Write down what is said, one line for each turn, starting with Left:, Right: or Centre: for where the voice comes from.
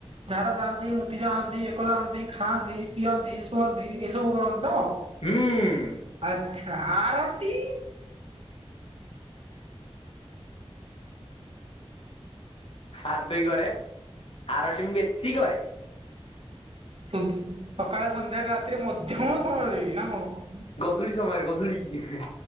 Right: ଝାଡା ଯାଆନ୍ତି, ମୁତି ଯାଆନ୍ତି, ଏକ ଯାଆନ୍ତି, ଖାଆନ୍ତି, ପିଅନ୍ତି, ଶୁଅନ୍ତି, ଏଇସବୁ କରନ୍ତି ତ!
Left: ହୁଁ। ହୁଁ।
Right: ଆଚ୍ଛା, ଆରଟି?
Left: ଆରଟି କରେ, ଆରଟି ମୁଁ ବେଶୀ କରେ।
Right: ସୁବ୍ ସକାଳେ ସନ୍ଧ୍ୟାରେ ରାତିରେ ମଧ୍ୟ ସମୟରେ ବି ନା କଣ?
Left: ଧୂଳି ସମୟରେ ଗଧୁଳି-ଇ ହିଁ।